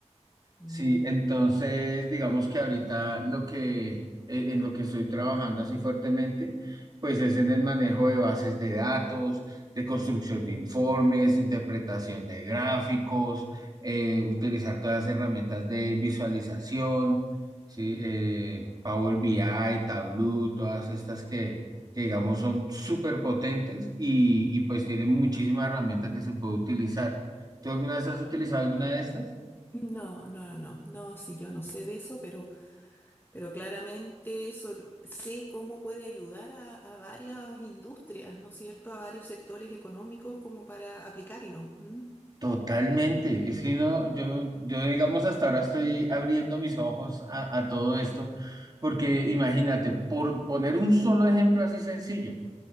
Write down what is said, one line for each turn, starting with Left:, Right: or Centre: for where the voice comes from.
Left: Mm.
Right: Sí, entonces digamos que ahorita lo que eh, en lo que estoy trabajando así fuertemente, pues es en el manejo de bases de datos, de construcción de informes, interpretación de gráficos, eh, utilizar todas las herramientas de visualización, sí, eh, Power BI, Tableau, todas estas que, que digamos son súper potentes y, y pues tienen muchísimas herramientas que se puede utilizar. ¿Tú alguna vez has utilizado alguna de estas?
Left: No, no, no, no. No, sí, yo no sé de eso, pero, pero claramente eso lo- sé cómo puede ayudar a, a varias industrias, ¿no es cierto? A varios sectores económicos como para aplicarlo. ¿m?
Right: Totalmente. Es que no, yo, yo digamos hasta ahora estoy abriendo mis ojos a, a todo esto, porque
Left: Mm,
Right: imagínate, por poner un solo ejemplo así sencillo,